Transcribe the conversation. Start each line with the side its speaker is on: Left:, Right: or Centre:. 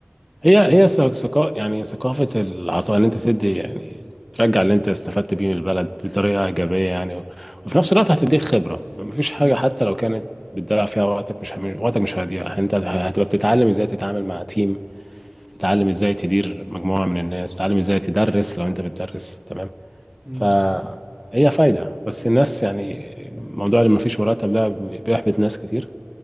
Centre: هي
Right: ي-
Centre: هي ثقافة يعني ثقافة العطاء إن أنت تدي يعني ترجع اللي أنت استفدت بيه من البلد بطريقة إيجابية يعني و- وفي نفس الوقت هتديك خبرة مفيش حاجة
Right: مم.
Centre: حتى لو كانت بتضيع فيها وقتك مش هم- وقتك مش هيضيع أنت هتبقى بتتعلم إزاي تتعامل مع تيم تتعلم ازاي تدير مجموعة من الناس تتعلم ازاي تدرس لو انت بتدرس تمام
Right: مم.
Centre: فهي فايدة بس الناس يعني موضوع اللي مفيش مرتب ده بيحبط ناس كتير